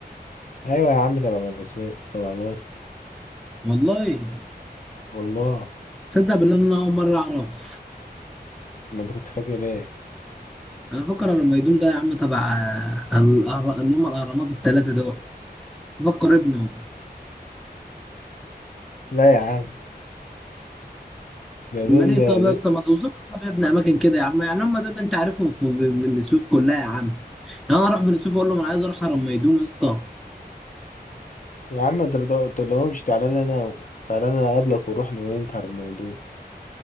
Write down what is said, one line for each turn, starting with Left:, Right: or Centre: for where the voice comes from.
Left: ايوه يا عم تبع بني سويف تبع الوسط
Centre: والله
Left: والله
Centre: صدق بالله ان انا اول مره اعرف
Left: ما انت كنت فاكر ايه
Centre: انا فكر لما يدوم ده يا عم تبع آه، الأهر- اللي هم الاهرامات الثلاثه دول فكر ابنه
Left: لا يا عم ده
Centre: اما
Left: دول
Centre: ليه
Left: دول
Centre: طب يا اسطى ما توصف لي طب يا ابني اماكن كده يا عم يعني هم دول اللي انت عارفهم في ب- بني سويف كلها يا عم يعني انا اروح بني سويف اقول لهم انا عايز اروح هرم ميدوم يا اسطى
Left: يا عم انت ما تقولهمش تعالى لنا انا و- تعالى لنا اقابلك ونروح نوينت هرم ميدوق